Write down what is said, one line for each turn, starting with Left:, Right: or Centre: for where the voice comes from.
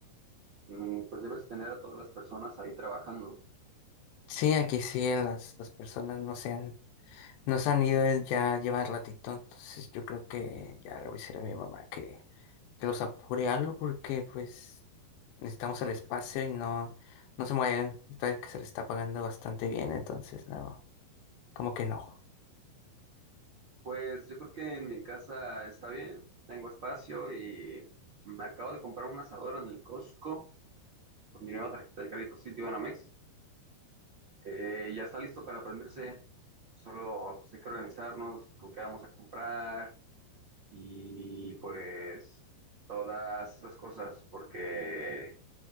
Right: mm, pues debes tener a todas las personas ahí trabajando.
Left: sí, aquí sí, las, las personas no se han Nos han ido eh, ya llevar ratito, entonces yo creo que ya le voy a decir a mi mamá que, que los apure algo porque pues necesitamos el espacio y no, no se mueven. Esta vez que se le está pagando bastante bien, entonces no, como que no.
Right: Pues yo creo que en mi casa está bien, tengo espacio y me acabo de comprar un asador en el Costco con mi nueva tarjeta de crédito Citibanamex. Eh, ya está listo para prenderse, solo pues, hay que organizarnos con qué vamos a comprar y pues todas esas cosas, porque,